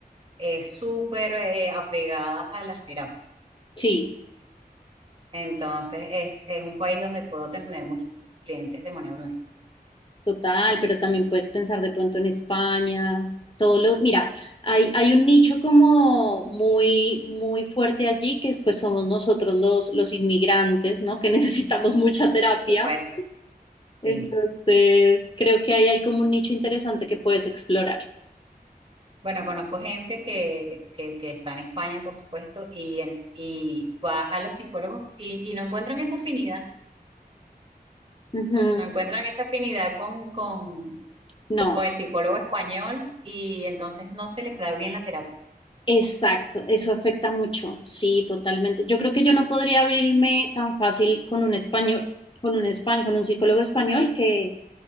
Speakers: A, on the right; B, on the left.
A: es súper eh, apegada a las terapias.
B: Sí.
A: Entonces, es, es un país donde puedo tener muchos clientes de manera online.
B: Total, pero también puedes pensar de pronto en España, todo lo, mira, hay, hay un nicho como muy, muy fuerte allí, que pues somos nosotros los, los inmigrantes, ¿no? Que <laughs> necesitamos mucha
A: Sí,
B: terapia.
A: por supuesto. Sí.
B: Entonces, creo que ahí hay como un nicho interesante que puedes explorar.
A: Bueno, conozco gente que, que, que está en España, por supuesto, y, en- y va a los psicólogos y, y no encuentran esa afinidad.
B: Ujú.
A: No encuentran esa afinidad con, con,
B: No.
A: con el psicólogo español y entonces no se les da bien la terapia.
B: Exacto, eso afecta mucho, sí, totalmente. Yo creo que yo no podría abrirme tan fácil con un español, con un español, con un psicólogo español que,